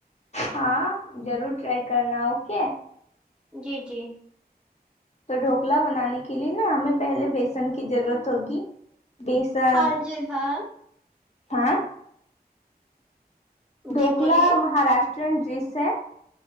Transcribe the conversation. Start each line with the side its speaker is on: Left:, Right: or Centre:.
Left: ہاں ضرور ٹرائی کرنا اوکے
Centre: جی جی
Left: تو ڈھوکلا بنانے کے لیے نا ہمیں پہلے بیسن کی ضرورت ہوگی بیسن
Centre: ہاں جی ہاں
Left: ہاں ڈھوکلا
Centre: جی بولیے
Left: مہاراشٹرین ڈیش ہے